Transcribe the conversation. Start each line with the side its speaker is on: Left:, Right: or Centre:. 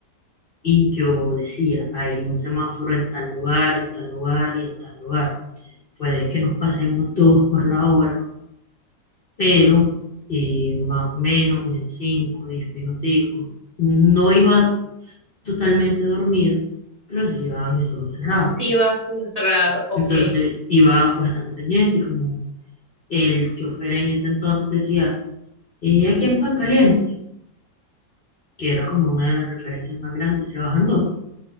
Left: Y yo decía, hay un semáforo en tal lugar, en tal lugar y en tal lugar. Puede que nos pasemos todos por la hora, pero eh, más o menos en cinco diez minuticos. No iba totalmente dormida, pero se llevaba mis ojos cerrados.
Right: Sí, vas cerrado.
Left: ¿sí?
Right: Ok,
Left: Entonces iba bastante pendiente, como el chofer en ese entonces decía, eh, aquí en Pan Caliente, que era como una de las referencias más grandes, se bajan dos.